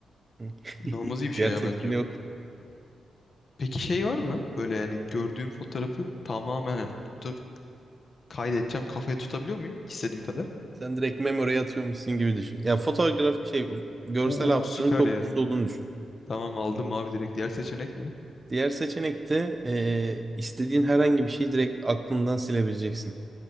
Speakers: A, on the right; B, on the left.
A: <laughs>
B: İnanılmaz iyi bir şey
A: Diğer
B: ya
A: seçeneği
B: bence o. Peki şey var mı? Böyle yani gördüğüm fotoğrafı tamamen hani fotoğrafı kaydedeceğim kafayı tutabiliyor muyum? istediğim kadar.
A: Sen direkt memory'e atıyormuşsun gibi düşün. Ya fotoğraf şey görsel
B: Oo
A: hafızanın
B: süper
A: çok
B: ya.
A: güçlü olduğunu düşün.
B: Tamam aldım abi direkt. Diğer seçenek ne?
A: Diğer seçenek de eee, istediğin herhangi bir şeyi direkt aklından silebileceksin.